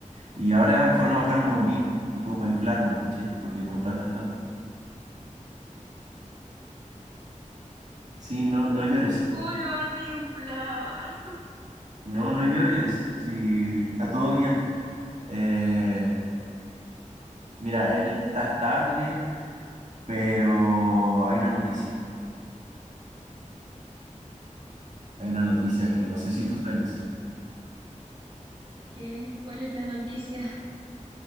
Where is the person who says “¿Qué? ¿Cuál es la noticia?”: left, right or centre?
Right